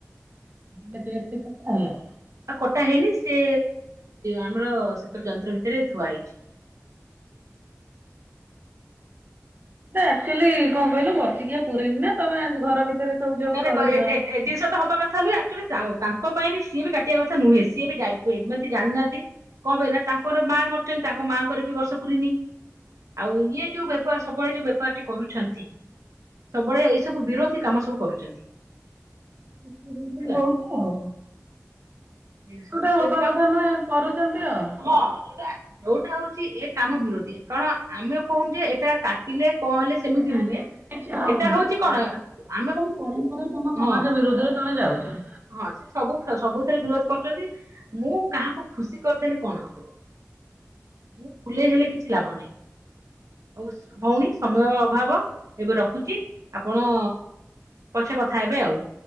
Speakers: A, on the right (about 40°); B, on the right (about 75°).
A: କେତେ ରାତି କଥା ହେଲା?
B: ଆଉ କଟା ହେଇନି ସେ ଆମର ଶୀତ ଯନ୍ତ୍ର ଭିତରେ ଥୁଆ ହେଇଛି।
A: ଟ ଆଚୁଆଲି କଣ କହିଲୁ ବାର୍ଷିକୀୟ ପୂରିନିନା ତମେ ଘର ଭିତରେ ସବୁ ଯୋଉ
B: ନା
A: କରୁଛ
B: ନା କରେଣ୍ଟ
A: ହଉଛି
B: ଏ ଜିନିଷ ତ ହବା କଥା ନୁହେଁ ଆକ୍ଚୁଆଲି ତାଙ୍କ ପାଇଁ ବି ସିଏ ବି କାଟିବା କଥା ନୁହେଁ ସିଏ ବି ଯାଇ ଏମିତି ଜାଣିନାହାନ୍ତି। କଣ ପାଇଁ ନାଁ ତାଙ୍କର ମା ମରିଛନ୍ତି ତାଙ୍କ ମାଆଙ୍କର ବି ବର୍ଷ ପୁରିନି। ଆଉ ଇଏ ଯୋଉ ବେପାର ସବୁବେଳେ ଯୋଉ ବେପାର ଟି କରୁଛନ୍ତି ସବୁବେଳେ ଏଇ ସବୁ ବିରୋଧୀ କାମ ସବୁ କରୁଛନ୍ତି।
A: କିଛି ଜିନିଷ
B: ହେଲା
A: ହୋଉଛି ଆଉ।
B: ସେ ସବୁ
A: ଯୋଉଟା
B: ବିରୋଧୀ
A: ହବା
B: କାମ
A: କଥା ନୁହେଁ କରୁଛନ୍ତି ଆଉ।
B: ହଁ ଆ ଯୋଉଟା ହଉଛି ଏ କାମ ବିରୋଧୀ କାରଣ ଆମେ କହୁନୁ ଯେ ଏଇଟା ଥିଲେ କଣ ହେଲେ ସେମିତି
A: ନାଇଁ
B: ନୁହେଁ
A: ନାଇଁ କିଛି ହଉନି।
B: ଏଟା ହଉଛି କଣ ଆମେ
A: <inaudible> ତମ ସମାଜ
B: ହଁ
A: ବିରରୁଦ୍ଧରେ ତମେ ଯାଉଛ।
B: ହଁ ସେ ସବୁ ସବୁଥିଥରେ ବିରୋଧ କରୁଛନ୍ତି ମୁଁ କାହାକୁ ଖୁସି କରିଦେଲି କଣ ହବ? ମୁଁ ଫୁଲେଇ ହେଲେ କିଛି ଲାଭ ନାହିଁ ଆଉ ଭଉଣୀ ସମୟ ଅଭାବ ଏବେ ରଖ। ରଖୁଛି ଆପଣ ପଛେ କଥା ହେବେ ଆଉ।